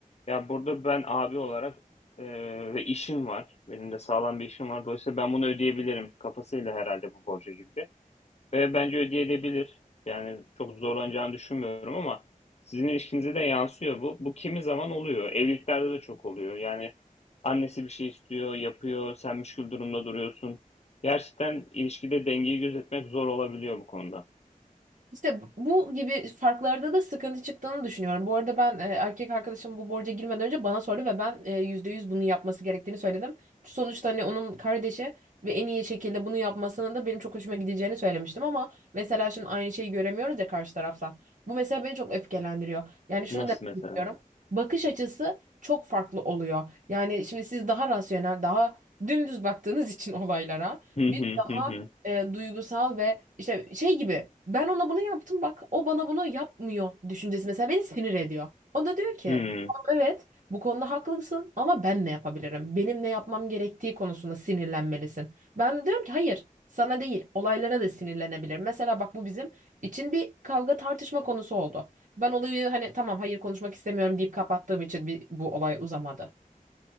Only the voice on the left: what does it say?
ya burada ben abi olarak e, ve işim var. Benim de sağlam bir işim var. Dolayısıyla ben bunu ödeyebilirim kafasıyla herhalde bu borca girdi. Ve bence ödeyebilir. Yani çok zorlanacağını düşünmüyorum ama sizin ilişkinize de yansıyor bu. Bu kimi zaman oluyor. Evliliklerde de çok oluyor. Yani annesi bir şey istiyor, yapıyor, sen müşkül durumda duruyorsun. Gerçekten ilişkide dengeyi gözetmek zor olabiliyor bu konuda.
Nasıl
mesela?
Hı
hı
hı hı.
Hı,